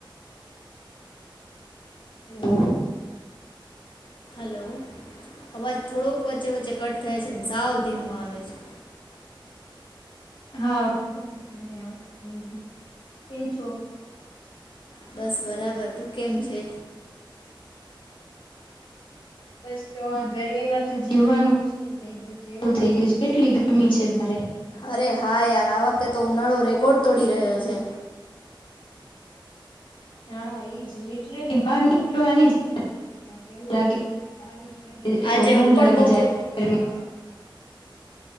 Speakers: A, on the left; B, on the left.
A: Hello.
B: Hello અવાજ થોડોક વચ્ચે વચ્ચે કટ થયા છે, ને સાવ ધીમું આવે છે.
A: હા વાંધો નથી હવે આવશે ધીમે ધીમે, કેમ છો?
B: બસ બરાબર તું કેમ છે?
A: બસ જો આ ગરમી માં તો જીવવાનું મુશ્કિલ થઈ ગયું છે એવું થઇ ગયું છે, કેટલી ગરમી છે બારે.
B: અરે હા યાર આ વખતે તો ઉનાળો રેકોર્ડ તોડી રહ્યો છે.
A: હા ઈજ લિટરલી બહાર નીકળવાની જ હિંમત નથી થાતી એવું લાગે છે બાર ની નીકળીએ તો
B: આજે
A: લું
B: હું પણ
A: લાગી
B: બપોર
A: જાય. <unintelligible> ગરમીથી